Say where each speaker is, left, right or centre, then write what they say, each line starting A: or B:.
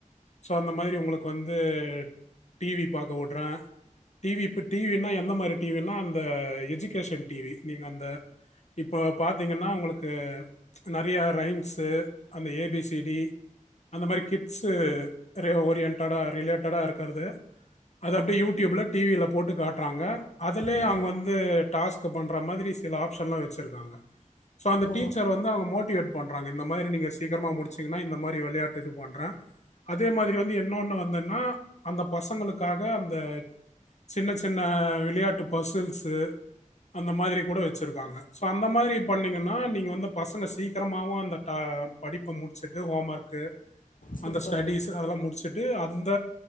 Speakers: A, on the left; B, on the left.
A: சோ அந்த மாரி உங்களுக்கு வந்து டி வி பாக்க உட்றே டி வி இப்ப டி வி னா எந்த மாரி டி வி னா அந்த எஜுகேஷன் டி வி நீங்க அந்த இப்போ பாத்தீங்கன்னா உங்களுக்கு நெறைய ரைம்ஸு அந்த ஏ பி சி டி அந்த மாரி கிட்ஸு ரெ ஓரியன்டடா ரிலேட்டடா இருக்கிறது அத அப்டியே யூடியூப்ல டி வி யில போட்டு காட்றாங்க. அதுலயே
B: ஆ
A: அவங்க வந்து டாஸ்க் பண்ற மாதிரி சில ஆப்ஷன்லா வச்சிருக்காங்க. சோ அந்த
B: ஓ
A: டி ல அவங்க மோட்டிவேட் பண்றாங்க. இந்த மாரி நீங்க சீக்கிரமா முடிச்சீங்கனா இந்த மாரி வெளையாட்டு இது பண்றே. அதே மாரி வந்து என்ன ஒன்னு வந்துன்னா அந்த பசங்களுக்காக அந்த சின்ன சின்ன விளையாட்டு பசில்ஸு அந்த மாதிரி கூட வெச்சிருக்காங்க. சோ அந்த மாரி பண்ணீங்கன்னா நீங்க வந்து பசங்க சீக்கிரமாவு அந்த டா படிப்ப முடிச்சுட்டு ஹோம் ஒர்க்கு
B: சூப்பர்
A: அந்த ஸ்டடீஸு அதெல்லா முடிச்சுட் டு அந்த